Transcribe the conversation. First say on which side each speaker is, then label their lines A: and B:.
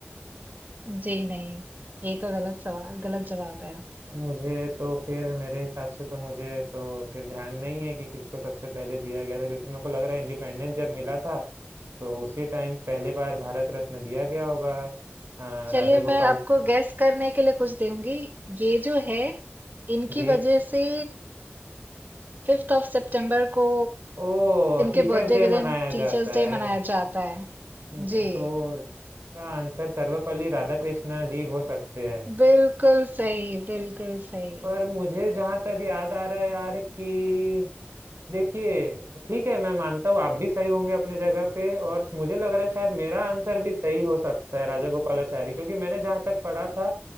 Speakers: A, on the right (about 45°); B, on the right (about 80°).
A: जी नहीं ये तो गलत सवाल गलत जवाब है
B: मुझे तो फिर मेरे हिसाब से तो मुझे तो फिर ध्यान नहीं है कि किसको सबसे पहले दिया गया था क्योंकि मेरे को लग रहा है इंडिपेंडेंस जब मिला था तो उसी टाइम पहले बार भारत रत्न दिया गया होगा अ, राजा
A: चलिए
B: गोपाल
A: मैं आपको गैस करने के लिए कुछ दूंगी ये जो है इनकी
B: जी
A: वजह से फिफ्थ ऑफ सितंबर को
B: ओ
A: इनके
B: टीचर्स
A: बर्थडे
B: डे
A: के
B: मनाया
A: दिन टीचर्स
B: जाता
A: डे
B: है
A: मनाया जाता है
B: हम्म,
A: जी
B: तो इसका आंसर सर्वपल्ली राधाकृष्ण जी हो सकते हैं
A: बिल्कुल सही, बिल्कुल सही।
B: पर मुझे जहां तक याद आ रहा है यार कि देखिए ठीक है मैं मानता हूँ आप भी सही होंगे अपने जगह पे और मुझे लग रहा है शायद मेरा आंसर भी सही हो सकता है राजा गोपालाचारी क्योंकि मैंने जहां तक पढ़ा था